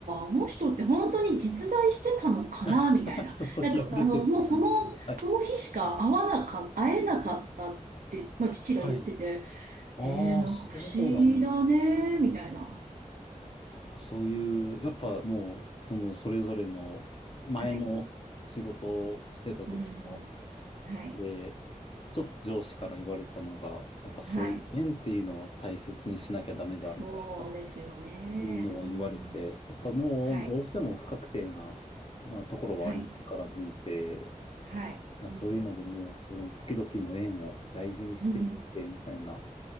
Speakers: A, on the right (about 75°); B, on the left (about 45°).
A: あの人って本当に実在してたのかな、
B: <laughs>
A: みたいな。
B: そういうレベル
A: なんか、あの、もうその、
B: はい。
A: その日しか会わなか、会えなかったって、まあ、父が言ってて、
B: はい。ああ、
A: えー、なんか不思議だね、
B: そうなんですね
A: みたいな。
B: やっぱそういう、やっぱもう、そのそれぞれの前の仕事をしてた時の、
A: はい。うん。はい。
B: で、ちょっと上司から言われたのが、やっぱそういう縁っていうのは大切にしなきゃダメだみたいな、
A: はい。そうですよね。
B: いうのは言われて、
A: うん。
B: やっぱもうどうしても不確定な、
A: はい。
B: なところはありますから、
A: はい。
B: 人生。
A: はい。うん。
B: そういうのでもう、その時々の縁を大事にしていって、
A: うん。
B: みたいな、